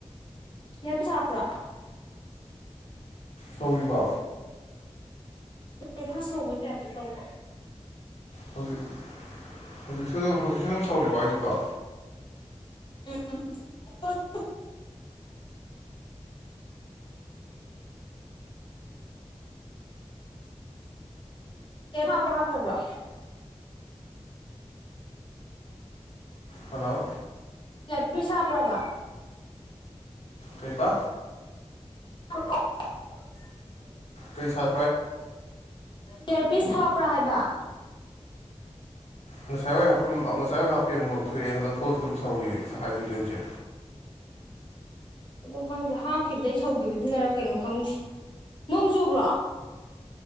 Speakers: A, on the left; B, on the left.
A: ꯏꯌꯔꯄꯤꯁ ꯍꯥꯞꯄ꯭ꯔꯣ
B: ꯁꯧꯔꯤꯕꯣ
A: <unintelligible> ꯈꯔ ꯁꯧꯕꯩ ꯇꯥꯏꯞꯇ ꯇꯧꯕ
B: ꯍꯧꯖꯤꯛ ꯍꯧꯖꯤꯛꯁꯨ ꯑꯗꯨꯝ ꯍꯧꯖꯤꯛꯁꯨ ꯑꯗꯨꯝ ꯁꯧꯔꯤꯕ ꯍꯥꯏꯁꯤꯕ
A: ꯎꯝ <unintelligible> ꯀ ꯍꯥꯞꯄ ꯍꯥꯞꯇꯕ꯭ꯔꯣ
B: ꯍꯜꯂꯣ
A: ꯏꯌꯔ ꯄꯤꯁ ꯍꯥꯞꯄ꯭ꯔꯕ
B: ꯀꯩ ꯍꯥꯏꯕ
A: <unintelligible>
B: ꯀꯩ ꯁꯥ
A: ꯏꯌꯔ ꯄꯤꯁ ꯍꯥꯞꯄ꯭ꯔꯥ ꯍꯥꯏꯕ
B: ꯉꯁꯥꯏ ꯋꯥꯏ ꯍꯥꯄꯐꯝ ꯉꯥꯁꯥꯏꯋꯥꯏ ꯍꯥꯞꯄꯤ ꯑꯃꯨꯛ ꯂꯧꯊꯣꯛꯑꯦ ꯊꯣꯛꯑꯁꯨ ꯑꯗꯨꯝ ꯁꯧꯋꯦ ꯍꯥꯏꯗꯨꯗꯤ ꯍꯧꯖꯤ
A: ꯑ ꯈꯪꯗꯦ ꯍꯥꯞꯈꯤꯕꯗꯩ ꯁꯧꯒꯤꯕꯗꯨꯅꯔꯛ ꯀꯩꯅꯣ ꯈꯪꯗꯦ ꯅꯣꯡ ꯆꯨꯕ꯭ꯔꯣ